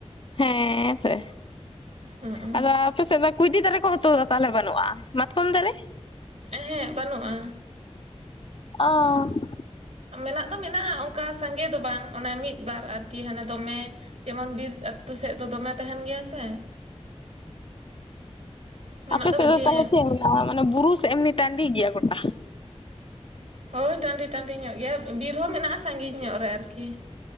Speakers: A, on the left; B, on the right.
A: ᱦᱮᱸ ᱥᱮ
B: ᱦᱩᱸ
A: ᱟᱫᱚ ᱟᱯᱮ ᱥᱮᱫ ᱫᱚ ᱠᱩᱭᱰᱤ ᱫᱟᱨᱮ ᱠᱚ ᱦᱚᱸᱛᱚ ᱛᱟᱦᱚᱞᱮ ᱵᱟᱹᱱᱩᱜᱼᱟ? ᱢᱟᱛᱠᱚᱢ ᱫᱟᱨᱮ
B: ᱮᱸᱦᱮᱜ ᱵᱟᱹᱱᱩᱜᱼᱟ᱾
A: ᱚᱻ
B: ᱢᱮᱱᱟᱜ ᱫᱚ ᱢᱮᱱᱟᱜᱼᱟ ᱚᱱᱠᱟ ᱥᱟᱸᱜᱮ ᱫᱚ ᱵᱟᱝ ᱚᱱᱮ ᱢᱤᱫ ᱵᱟᱨ ᱟᱨᱠᱤ ᱦᱟᱱᱮ ᱫᱚᱢᱮ ᱡᱮᱢᱚᱱ ᱵᱤᱨ ᱟᱹᱛᱩ ᱥᱮᱫ ᱫᱚ ᱫᱚᱢᱮ ᱛᱟᱦᱮᱱ ᱜᱮᱭᱟ ᱥᱮ, ᱢᱮᱱᱟᱜ
A: ᱚᱸ ᱟᱯᱮ ᱥᱮᱫ
B: ᱡᱮ
A: ᱫᱚ ᱛᱟᱦᱚᱞᱮ ᱪᱮᱫ ᱢᱮᱱᱟᱜᱼᱟ? ᱢᱟᱱᱮ ᱵᱩᱨᱩ ᱥᱮ ᱮᱢᱱᱤ ᱴᱟᱺᱰᱤ ᱜᱮᱭᱟ ᱜᱚᱴᱟ?
B: ᱦᱳᱭ ᱴᱟᱺᱰᱤ ᱴᱟᱺᱰᱤ ᱧᱚᱜ ᱜᱮᱭᱟ ᱵᱤᱨ ᱦᱚᱸ ᱢᱮᱱᱟᱜᱼᱟ ᱥᱟᱺᱜᱤᱧ ᱧᱚᱜ ᱨᱮ ᱟᱨᱠᱤ᱾